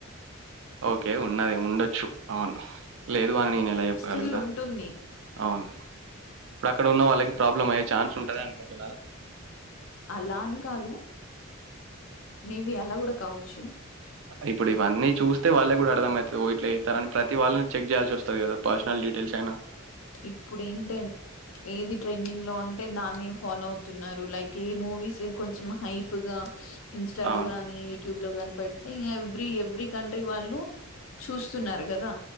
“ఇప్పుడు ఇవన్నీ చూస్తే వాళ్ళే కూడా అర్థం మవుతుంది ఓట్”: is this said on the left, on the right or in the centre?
Right